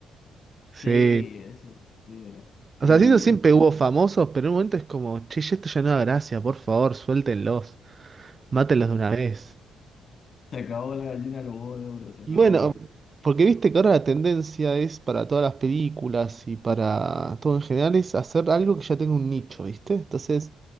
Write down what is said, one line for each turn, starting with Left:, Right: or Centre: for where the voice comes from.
Right: Sí.
Left: Sí, eso era.
Right: O
Left: Y.
Right: sea, siento siempre hubo famosos, pero en un momento es como, che, ya esto ya no da gracia, por favor, suéltenlos, mátenlos de una vez.
Left: Se acabó la gallina de los huevos de oro, se acabó.
Right: Y Bueno, porque viste que ahora la tendencia es para todas las películas y para todo en general es hacer algo que ya tenga un nicho, ¿viste? Entonces,